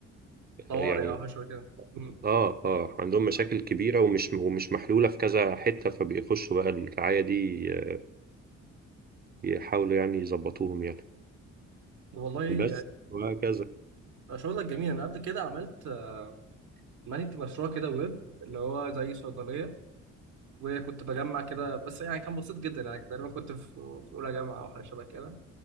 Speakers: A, on the right; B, on the right.
A: طوارئ
B: آه، يعني
A: اه شويه كده مم.
B: اه اه عندهم مشاكل
A: آه.
B: كبيرة ومش ومش محلولة في كذا حتة فبيخشوا بقى الرعاية دي آه، يحاولوا يعني يظبطوهم يعني
A: والله
B: بس وهكذا
A: آه، شغلك جميل انا قبل كده عملت آه، مانجت مشروع كده ويب اللي هو زي صيدليه وكنت بجمع كده بس يعني كان بسيط جدا يعني تقريبا كنت في في اولى جامعه او حاجه شبه كده